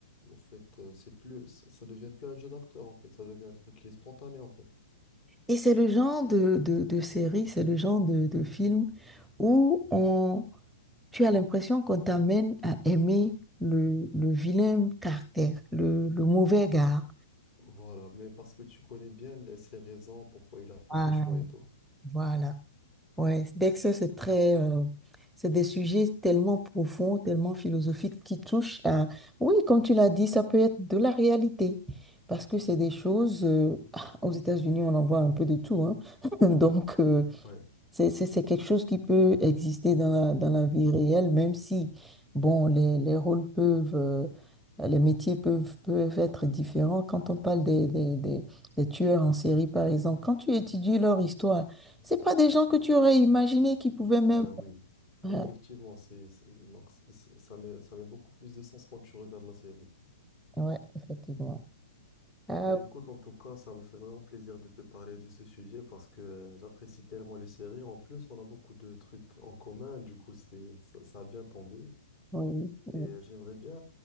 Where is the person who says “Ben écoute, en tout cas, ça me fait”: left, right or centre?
Left